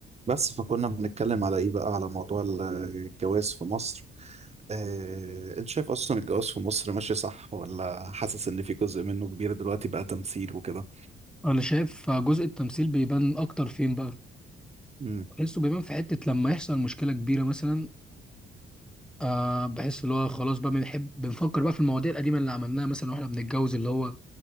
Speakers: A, on the right; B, in the centre.
A: بس فكنا بنتكلم على ايه بقى على موضوع ال- الجواز في مصر آه، انت شايف اصلا الجواز في مصر ماشي صح ولا حاسس ان في جزء منه كبير دلوقتي بقى تمثيل وكده
B: انا شايف جزء التمثيل بيبان اكتر فين بقى
A: امم
B: بحسه بيبان في حتة لما يحصل مشكلة كبيرة مثلا آه بحس اللي هو خلاص بقى بنحب بنفكر بقى في المواضيع القديمة اللي عملناها مثلا واحنا بنتجوز اللي هو